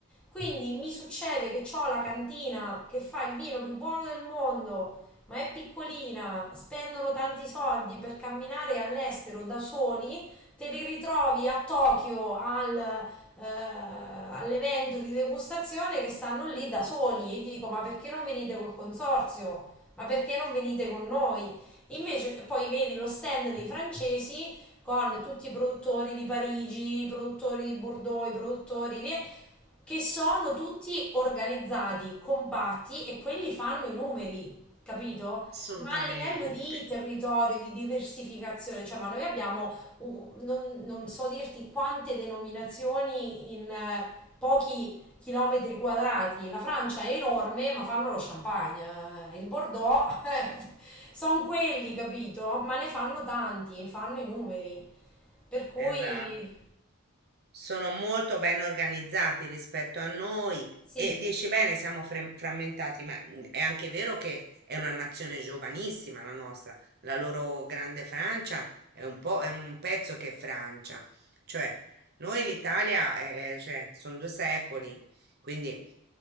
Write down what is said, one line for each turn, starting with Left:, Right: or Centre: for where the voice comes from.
Centre: Quindi mi succede che ho la cantina che fa il vino più buono del mondo, ma è piccolina, spendono tanti soldi per camminare all'estero da soli, te li ritrovi a Tokyo al, eh, all'evento di degustazione che stanno lì da soli e gli dico ma perché non venite col consorzio? Ma perché non venite con noi? Invece poi vedi lo stand dei francesi con tutti i produttori di Parigi, i produttori di Bordeaux, i produttori di che sono tutti organizzati, compatti e quelli fanno i numeri, capito?
Right: assolutamente.
Centre: Ma a livello di territorio, di diversificazione, cioè, ma noi abbiamo, uh, non, non so dirti quante denominazioni in eh, pochi chilometri quadrati. La Francia è enorme, ma fanno lo champagne. eh, Il Bordeaux, <laughs> sono quelli, capito? Ma ne fanno tanti, fanno i numeri. Per cui,
Right: Esatto, sono molto ben organizzati rispetto a noi
Centre: sì.
Right: e dici bene, siamo frem- frammentati, ma mm, è anche vero che è una nazione giovanissima la nostra, la loro grande Francia è un po', è un pezzo che è Francia, cioè noi l'Italia è- è- cioè, sono due secoli, quindi